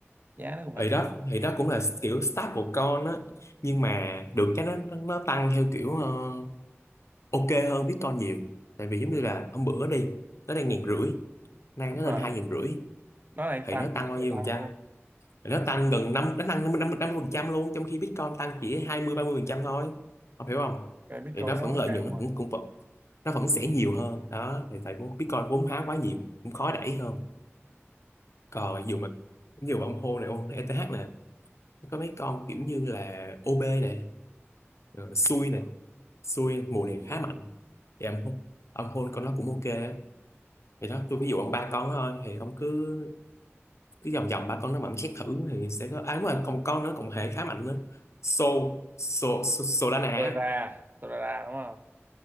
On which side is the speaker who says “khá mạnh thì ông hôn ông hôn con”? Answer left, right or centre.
Left